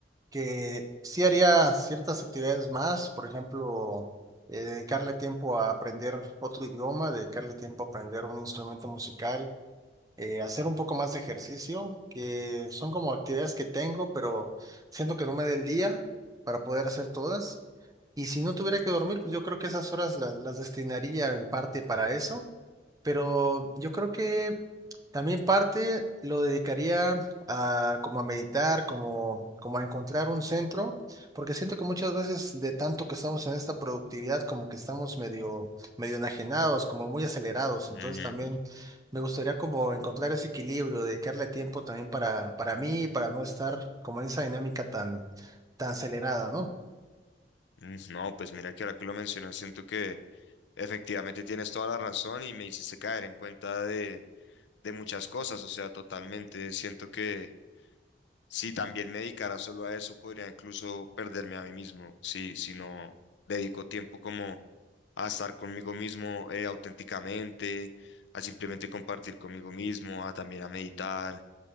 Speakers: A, on the right; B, on the left.
A: que sí haría ciertas actividades más, por ejemplo, eh, dedicarle tiempo a aprender otro idioma, dedicarle tiempo a aprender un instrumento musical, eh, hacer un poco más de ejercicio, que son como actividades que tengo, pero siento que no me dé el día para poder hacer todas. Y si no tuviera que dormir, pues yo creo que esas horas las, las destinaría en parte para eso, pero yo creo que también parte lo dedicaría a como a meditar, como, como a encontrar un centro, porque siento que muchas veces de tanto que estamos en esta productividad, como que estamos medio, medio enajenados, como muy acelerados,
B: Mm,
A: entonces también me gustaría como encontrar ese equilibrio, dedicarle tiempo también para, para mí, para no estar como en esa dinámica tan, tan acelerada, ¿no?
B: mm, No, pues mira que ahora que lo mencionas, siento que efectivamente tienes toda la razón y me hiciste caer en cuenta de, de muchas cosas, o sea, totalmente. Siento que Si también me dedicara solo a eso, podría incluso perderme a mí mismo. Si, si no dedico tiempo como a estar conmigo mismo eh, auténticamente, a simplemente compartir conmigo mismo, a también a meditar.